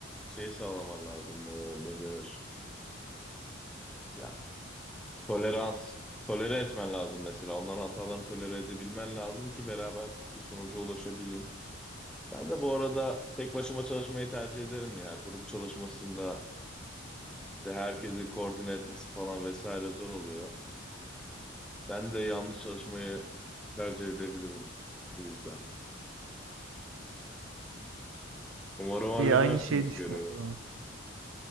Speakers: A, in the centre; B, on the right.
A: şey sağlaman lazım, e, ne denir? Ya tolerans, tolere etmen lazım mesela. Onların hatalarını tolere edebilmen lazım ki beraber bir sonuca ulaşabilin. Ben de bu arada tek başıma çalışmayı tercih ederim ya. Grup çalışmasında de herkesi koordine etmesi falan vesaire zor oluyor. Ben de yalnız çalışmayı tercih edebilirim bu yüzden. Umarım halledersiniz
B: İyi aynı şeyi düşünüyoruz
A: görevi.
B: o zaman.